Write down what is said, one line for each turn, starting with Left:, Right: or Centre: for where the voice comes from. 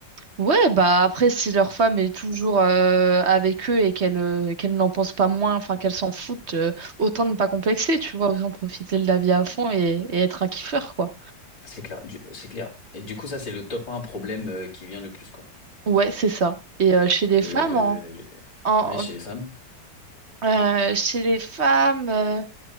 Right: ouais, bah après, si leur femme est toujours euh, avec eux et qu'elle euh, qu'elle n'en pense pas moins, enfin qu'elle s'en foutent, euh, autant ne pas complexer, tu vois, autant profiter de la vie à
Left: Ouais.
Right: fond et, et être un kiffeur, quoi.
Left: C'est clair, du- c'est clair. Et du coup, ça, c'est le top un problème euh, qui vient le plus, quoi.
Right: Ouais, c'est ça. Et euh, chez les
Left: Et
Right: femmes,
Left: le,
Right: en,
Left: le-
Right: en-
Left: ouais, chez
Right: en-
Left: les femmes.
Right: euh, chez les femmes. euh,